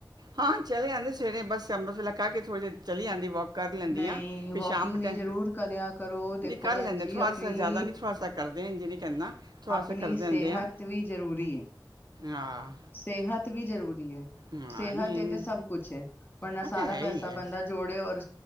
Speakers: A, on the right; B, on the left.
A: ਹਾਂ ਚਲੇ ਜਾਂਦੇ ਸਵੇਰੇ ਬਸ ਅੰਮ੍ਰਿਤ ਵੇਲਾ ਖਾ ਕੇ ਥੋੜੀ ਦੇਰ ਚਲੀ ਜਾਂਦੀ ਵੋਕ ਕਰ ਲੈਂਦੀਆਂ,
B: ਨਹੀਂ
A: ਫਿਰ
B: ਵੋਕਿੰਗ
A: ਸ਼ਾਮ
B: ਵੀ
A: ਟਾਈਮ
B: ਜ਼ਰੂਰ ਕਰਿਆ ਕਰੋ ਦੇਖੋ
A: ਨਹੀਂ ਕਰ
B: ਭੈਣ
A: ਲੈਂਦੇ,
B: ਜੀ
A: ਥੋੜ੍ਹਾ
B: ਆਪਣੀ
A: ਸਾ ਜ਼ਿਆਦਾ ਨਹੀਂ ਥੜ੍ਹਾ ਸ ਕਰ ਵੇ ਇੰਜ ਨੀ ਕਰਨਾ, ਥੋੜਾ
B: ਆਪਣੀ
A: ਸ ਕਰ ਦਿੰਦੇ
B: ਸਿਹਤ
A: ਆ।
B: ਵੀ ਜ਼ਰੂਰੀ ਹੈ
A: ਆਹ
B: ਸਿਹਤ ਵੀ ਜ਼ਰੂਰੀ ਹੈ,
A: ਹਾਂ
B: ਸਿਹਤ
A: ਨਹੀਂ
B: ਹੈ ਸਭ ਕੁਛ ਹੈ, ਵਰਨਾ ਸਾਰਾ
A: ਉਹ ਤੇ ਹੈ
B: ਪੈਸਾ
A: ਹੀ ਹੈ
B: ਬੰਦਾ ਜੋੜੇ ਔਰ